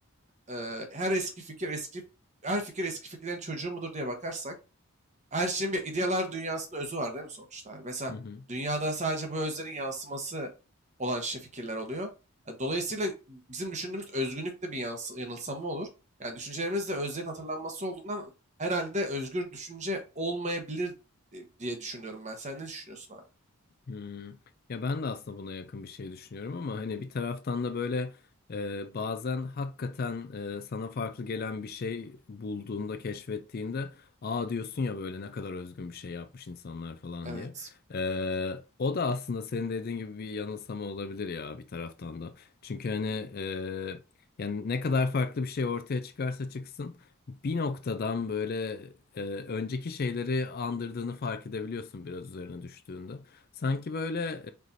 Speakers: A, on the right; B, on the left.
A: e, her eski fikir eski her fikir eski fikirlerin çocuğu mudur diye bakarsak her şeyin bir idealar dünyasında özü var değil mi sonuçta? abi? Mesela
B: Hı hı.
A: dünyada sadece bu özlerin yansıması olan şey fikirler oluyor. E, Dolayısıyla bizim düşündüğümüz özgünlük de bir yansı- yanılsama olur. Yani düşüncelerimiz de özlerin hatırlanması olduğundan herhalde özgür düşünce olmayabilir e, diye düşünüyorum ben. Sen ne düşünüyorsun abi?
B: Hmm. Ya ben de aslında buna yakın bir şey düşünüyorum ama hani bir taraftan da böyle e, bazen hakikaten e, sana farklı gelen bir şey bulduğunda, keşfettiğinde aa diyorsun ya böyle ne kadar özgün bir şey yapmış insanlar falan
A: Evet.
B: diye. E, o da aslında senin dediğin gibi bir yanılsama olabilir ya bir taraftan da. Çünkü hani e, yani ne kadar farklı bir şey ortaya çıkarsa çıksın bir noktadan böyle e, önceki şeyleri andırdığını fark edebiliyorsun biraz üzerine düştüğünde. Sanki böyle